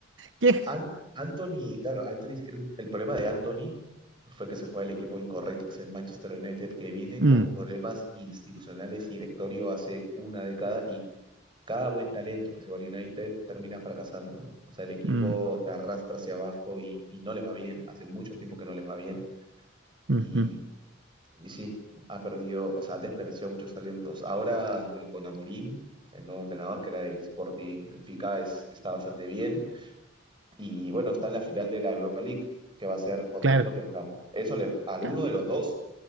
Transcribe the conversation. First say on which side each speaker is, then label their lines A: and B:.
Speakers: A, on the right (about 65°); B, on the right (about 25°).
A: ¿qué?
B: An- Anthony, claro, Anthony, era un- el problema de Anthony fue que se fue al equipo incorrecto, que es el Manchester United, que viene con
A: Mm,
B: problemas institucionales y directorio hace una década cada buen talento que se va al United termina fracasando. O sea, el equipo
A: mm,
B: te arrastra hacia abajo y, y no les va bien. Hace mucho tiempo que no les va bien.
A: ujú.
B: Y, y sí, ha perdido, o sea, ha desperdiciado muchos talentos. Ahora, bueno, con Amorim, el nuevo entrenador que era del Sporting Benfica, es, está bastante bien. Y bueno, está en la final de la Europa League, que va a ser contra
A: Claro,
B: el Tottenham. Eso les, a alguno
A: claro.
B: de los dos